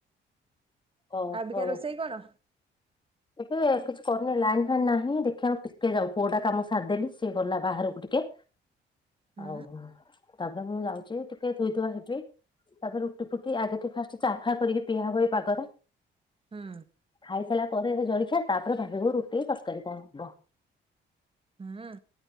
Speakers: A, on the left; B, on the right.
A: ଓହୋ
B: ଆବିକା ରୋଷେଇ କଣ?
A: ଏବେ କିଛି କରୁନି ଲାଇନ ଫାଇନ୍ ନାହିଁ ଦେଖିଆ ଟିକେ ଯାଉ, ପୁଅଟା କାମ ସାରିଦେଲି ସିଏ ଗଲା ବାହାରକୁ ଟିକେ।
B: ହୁଁ
A: ଆଉ <unintelligible> ତାପରେ ମୁଁ ଯାଉଚି ଟିକେ ଧୁଇଧୁଆ ହେବି। ତାପରେ ରୁଟି ଫୁଟି ଆଗେ ଟିକେ ଫାଷ୍ଟ ଚାହା କରିକି ପିଆ ହବ ଏ ପାଗରେ।
B: ହୁଁ।
A: ଖାଇସାରିଲା ପରେ ଜାଳିଖିଆ ତାପରେ ଭାବିବୁ ରୁଟି ତରକାରୀ କଣ ହବ।
B: ହୁଁ,